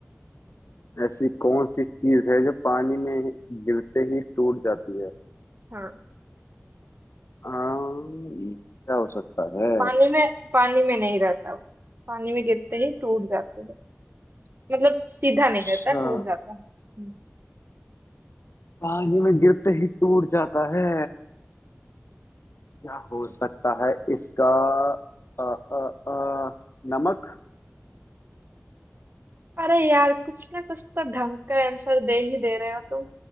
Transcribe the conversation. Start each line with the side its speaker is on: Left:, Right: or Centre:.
Left: ऐसी कौन सी चीज है जो पानी में गिरते ही टूट जाती है
Right: हाँ
Left: आम, क्या हो सकता है
Right: पानी में पानी में नहीं रहता वो पानी में गिरते ही टूट जाती है मतलब सीधा नहीं
Left: अच्छा
Right: रहता टूट जाता है
Left: पानी में गिरते ही टूट जाता है क्या हो सकता है इसका अ, अ, अ, नमक
Right: अरे यार कुछ ना कुछ तो ढंग का आंसर दे ही दे रहे हो तुम